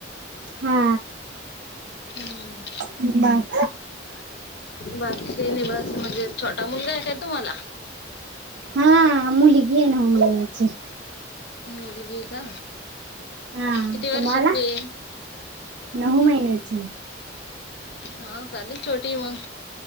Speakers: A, on the right; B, on the left.
A: हा
B: हम्म
A: बस
B: बाकी नि बस म्हणजे छोटा मुलगा आहे काय तुम्हाला
A: हा मुली घ ये ना होम बलायची
B: मुलगी आहे का
A: हा
B: किती वर्षाची
A: तुम्हाला
B: आहे
A: नऊ महिन्याचं
B: हो का लय छोटी आहे मंग